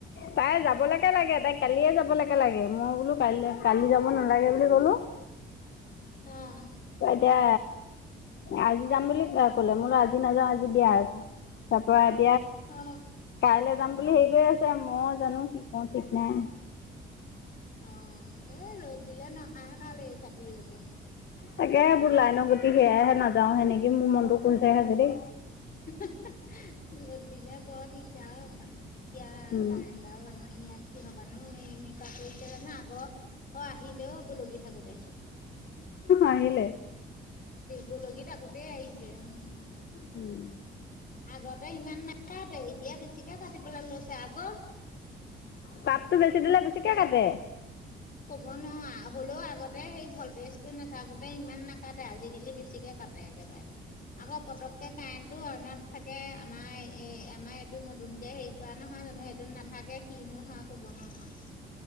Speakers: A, on the left (about 60°); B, on the left (about 45°).
A: তাই যাবলৈকে লাগে- লাগে, তাই কালিয়ে যাবলৈকে লাগে-লাগে মই বোলো কালি কালি যাব নালাগে বুলি কলো। অ
B: অঁহ
A: এতিয়া আজি যাম বুলি ক'লে, মই কলো আজি নাযাওঁ আজি বিয়া আছে। তাৰ পৰা।
B: অঁ।
A: কাইলৈ যাম বুলি হেৰি আছে মই জানো কি কওঁ ঠিক নাই।
B: অঁ এ' ৰ'দ দিলে নাহাই ভাল এই চাকি ৰ'দত।
A: তাকে হে এইবো লাইনত গুটি সেয়াই হে নাযাওঁ সেনেকি মোৰ মনতো খোল খাই দেই।
B: হে হে হে, ৰ'দ দিলে বৰ দিক দাৰ অ এইখন। এতিয়া
A: উম,
B: কাৰেণ্ট ডালো আমাৰ ইয়াত- কি হ'ব নো এনেকুৱা কৰিছে জানো আগৰ অ আহিলেও অ বলগি থাকোতে।
A: আহিলে।
B: বলকি থাকোতে আকৌ আহিছে। উম'।
A: উম'
B: আগতে ইমান নাকাটে, এতিয়া বেছিকে কাটিবলৈ লৈছে আকৌ।
A: তাপ টো বেছি দিলে বেছিকে
B: কেলে
A: কাটে।
B: ক'ব নোৱাৰো আৰু হলেও আগতে সেই ভল্টেজটো নাথাকোতে ইমান নাকাটে আজিকালি বেছিকে - কাটে একেবাৰে। আকৌ পতককে কাৰেণ্ট টো অইনত থাকে আমাৰ এই আমাৰ- এইটো নতুনকে হেৰি কৰা নহয় জানো এইটোত নাথাকে কিনো হয় কব নোৱাৰো।